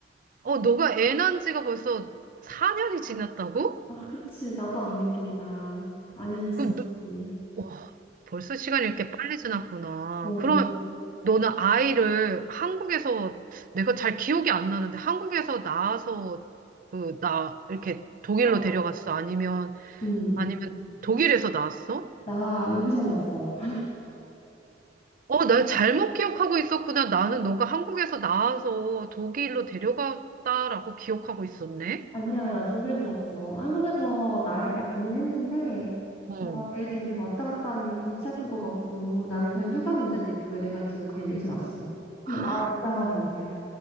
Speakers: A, on the right; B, on the left.
A: 어, 너가 애 낳은 지가 벌써 4년이 지났다고?
B: 아, 그치, 나도 안 믿긴다. 4년이 지났더니.
A: 그럼 너, 어, 벌써 시간이 이렇게 빨리 지났구나.
B: 어,
A: 그럼 너는 아이를 한국에서 내가 잘 기억이 안 나는데 한국에서 낳아서 그 나 이렇게 독일로
B: 나,
A: 데려갔어? 아니면
B: 응,
A: 아니면 독일에서 낳았어?
B: 나 여기서 났어.
A: 어, 나 잘못 기억하고 있었구나. 나는
B: <laughs>
A: 너가 한국에서 낳아서 독일로 데려갔다라고 기억하고 있었네.
B: 아니야, 나 독일에서 났어. 한국에서 나을까 고민했는데,
A: 어.
B: 뭐, 애 데리고 왔다 갔다 하는 게 골치 아플 것 같고, 남편 휴가 문제도 있고, 이래가지고 그냥 여기서 났어. 한번
A: 아,
B: 나가보자 하고, 그냥.